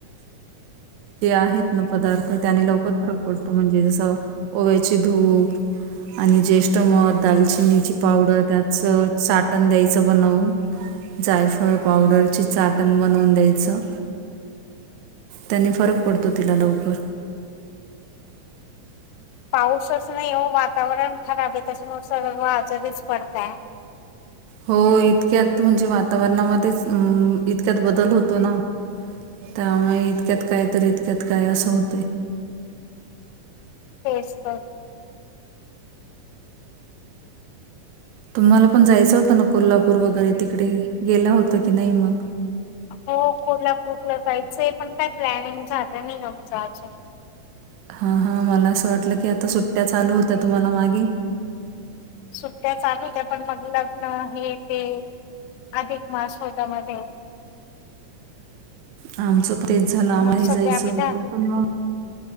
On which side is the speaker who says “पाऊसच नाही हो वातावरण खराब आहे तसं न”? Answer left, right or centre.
Left